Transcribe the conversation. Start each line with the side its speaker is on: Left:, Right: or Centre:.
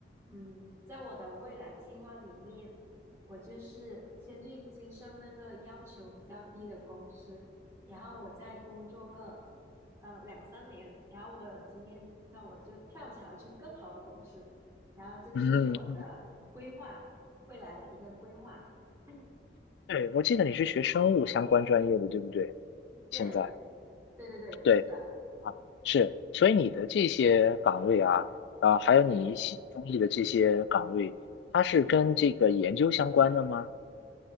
Right: 嗯，在我的未来计划里面，我就是先去接受那个要求比较低的公司，然后我再工作个呃两三年，然后我有经验，那我就跳槽去更好的公司，然后这就是我的规划，
Left: 嗯嗯，嗯
Right: 未来的一个规划。<clears throat>
Left: 对，我记得你是学生物相关专业的，对不对？
Right: 嗯，对，
Left: 现在。
Right: 对对对，是的，
Left: 对。啊，是，所以你的这些岗位啊，啊，还有你喜中意的这些岗位，
Right: 嗯，
Left: 它是跟这个研究相关的吗？